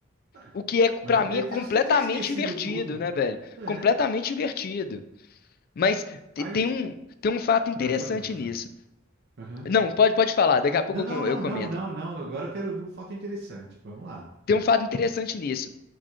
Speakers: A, on the right; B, on the left.
A: É,
B: o que é para
A: Mas até
B: mim
A: então
B: é completamente
A: você já tinha esquecido
B: invertido,
A: tudo.
B: né, velho?
A: É.
B: Completamente invertido. Mas te-
A: Aí.
B: tem um, tem um fato interessante
A: Ah, pois não, pois
B: nisso.
A: não. Aham.
B: Não, pode, pode falar, daqui a pouco
A: Não,
B: eu,
A: não,
B: com-
A: não,
B: eu comento.
A: não, não, não. Agora eu quero ouvir um fato interessante. Vamos lá.
B: Tem um fato interessante nisso.